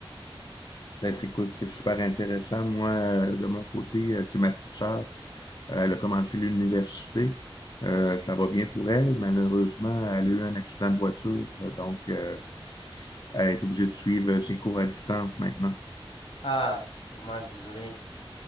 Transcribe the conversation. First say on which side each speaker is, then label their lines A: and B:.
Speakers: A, on the left; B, on the left.
A: Ben, c'est- écoute, c'est super intéressant. Moi, euh, de mon côté, euh, c'est ma petite sœur. Euh, elle a commencé l'université. Euh,
B: D'accord.
A: ça va bien pour elle. Malheureusement, elle a eu un accident de voiture, euh, donc euh, elle est obligée de suivre euh, ses cours à distance maintenant.
B: Ah, dommage, désolé,